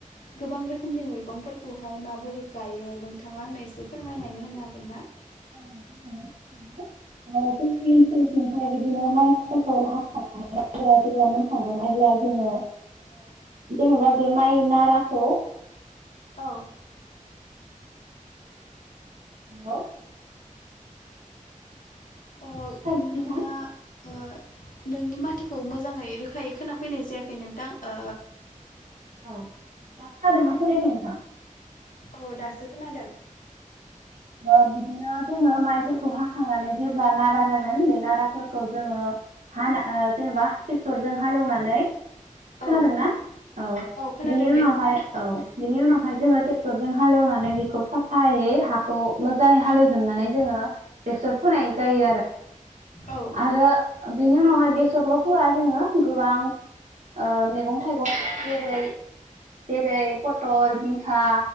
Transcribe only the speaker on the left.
गोबां रोखोमनि मैगंफोरखौहाय माबोरै गायो नोंथाङा आंनो एसे फोरमायनानै होनो हागोन ना
औ
अ
नोंना
ओ नोंनि माथोखौ मोजाङै रोखायै खोनाफैनाय जायाखै नोंथां ओ
औ दासो खोनादों
औ
खोनादों
दे
औ